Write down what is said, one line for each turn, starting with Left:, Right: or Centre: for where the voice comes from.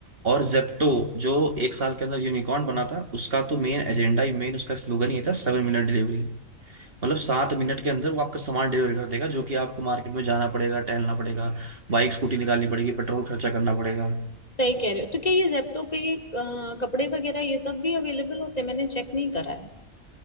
Right: और जेप्टो जो एक साल के अंदर यूनिकॉर्न बना था उसका तो मेन एजेंडा ही मेन उसका स्लोगन ये था सेवन मिनट डिलीवरी मतलब सात मिनट के अंदर वो आपका सामान डिलीवर कर देगा जो कि आपको मार्केट में जाना पड़ेगा टहलना पड़ेगा बाइक स्कूटी निकालनी पड़ेगी पेट्रोल खर्चा करना पड़ेगा
Left: सही कह रहे हो तो क्या ये जेप्टो पे ये अ, कपड़े वगैरह ये सब भी अवेलेबल होते हैं मैंने चेक नहीं करा है